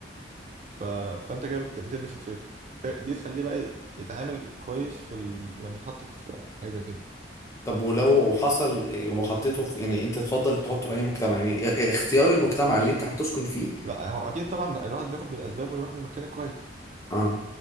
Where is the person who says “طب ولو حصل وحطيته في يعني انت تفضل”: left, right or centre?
Left